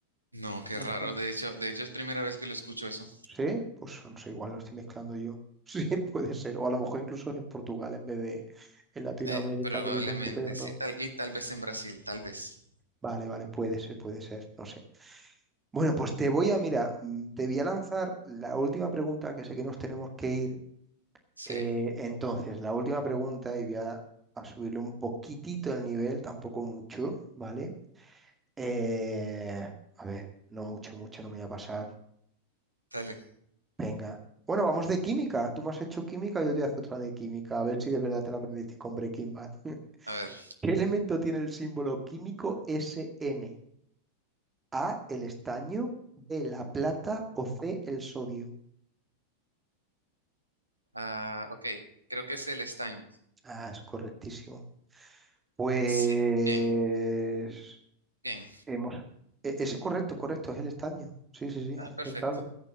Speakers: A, on the right; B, on the right.
A: No, qué
B: me
A: raro.
B: suena.
A: De hecho, de hecho es primera vez que lo escucho eso.
B: ¿Sí? Pues no sé, igual lo estoy mezclando yo. <laughs> Sí, puede ser. O a lo mejor incluso es en Portugal en vez de en Latinoamérica
A: Eh, probablemente,
B: que dicen ferro.
A: sí, tal, y tal vez en Brasil, tal vez.
B: Vale, vale, puede ser, puede ser, no sé. Bueno, pues te voy a, mira, mm, te voy a lanzar la última pregunta que sé que nos tenemos que ir
A: Sí,
B: Eh, entonces, la última pregunta, y voy a, a subirle un poquitito el nivel, tampoco mucho, ¿vale? Eh, a ver, no mucho, mucho, no me voy a pasar.
A: dale.
B: Venga. Bueno, vamos de química. Tú me has hecho química, yo te hago otra de química. A ver si de verdad te la aprendiste con Breaking Bad. <laughs>
A: A ver.
B: ¿Qué elemento tiene el símbolo químico SN? A, el estaño, B, la plata o C, el sodio.
A: Ah, ok, creo que es el estaño.
B: Ah, es correctísimo. Pues...
A: Sí, bien, bien.
B: Hemos. e- Es correcto, correcto, es el estaño. Sí, sí, sí,
A: Ah,
B: acertado.
A: perfecto.